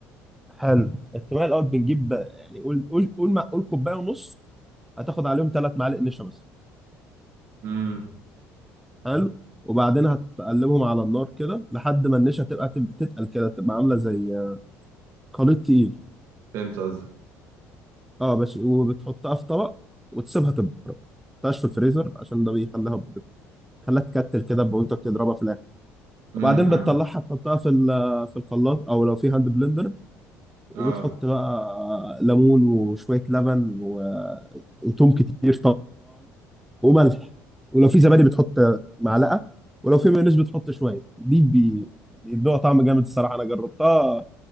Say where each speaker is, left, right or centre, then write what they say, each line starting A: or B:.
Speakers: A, in the centre; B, on the right (about 65°).
A: حلو التومية الأول بنجيب يعني قول قول قول قول كوباية ونص هتاخد عليهم ثلاث معالق نشا بس
B: امم
A: حلو وبعدين هتقلبهم على النار كده لحد ما النشا تبقى تب- تتقل كده تبقى عامله زي خليط تقيل
B: فهمت قصدك
A: اه بس وبتحطها في طبق وتسيبها تبرد ما تحطهاش في الفريزر عشان ده بيخليها بتخليها تكتل كده ب- وانت بتضربها في الاخر
B: امم
A: وبعدين
B: معنى
A: بتطلعها
B: أمم.
A: تحطها في ال- في الخلاط او لو في هاند بلندر وبتحط
B: اه
A: بقى ليمون وشويه لبن و- وتوم كتير وملح ولو في زبادي بتحط معلقه ولو في مايونيز بتحط شويه دي بي- بيدوها طعم جامد الصراحه انا جربتها